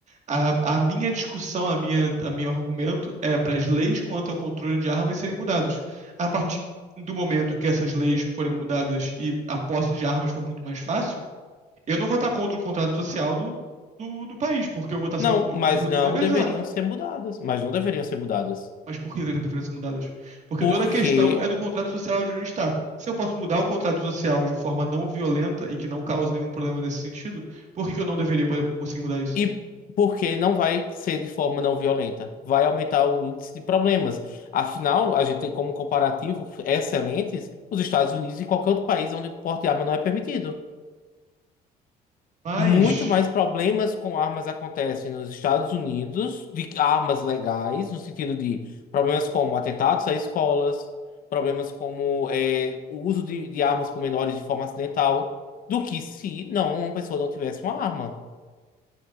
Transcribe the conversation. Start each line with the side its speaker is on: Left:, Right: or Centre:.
Right: A, a minha discussão, a minha, a meu argumento é para as leis quanto ao controle de armas serem mudadas. A partir do momento que essas leis forem mudadas e a posse de armas for muito mais fácil, eu não vou estar contra o contrato social do, do, do país, porque eu vou estar
Left: Não,
Right: sendo, eu
Left: mas
Right: vou estar sendo
Left: não
Right: tudo legalizado.
Left: deveriam ser mudadas. Mas não deveriam ser mudadas.
Right: Mas por que seriam diferenças mudadas? Porque
Left: Porque
Right: toda a questão é do contrato social de onde está. Se eu posso mudar o contrato social de forma não violenta e que não cause nenhum problema nesse sentido, por que que eu não deveria poder, conseguir mudar isso?
Left: e porque não vai ser de forma não violenta. Vai aumentar o índice de problemas. Afinal, a gente tem como comparativo excelentes os Estados Unidos e qualquer outro país onde o porte de arma não é permitido.
Right: Mas
Left: Muito mais problemas com armas acontecem nos Estados Unidos, de armas legais, no sentido de problemas como atentados a escolas, problemas como é, o uso de, de armas por menores de forma acidental, do que se não uma pessoa não tivesse uma arma.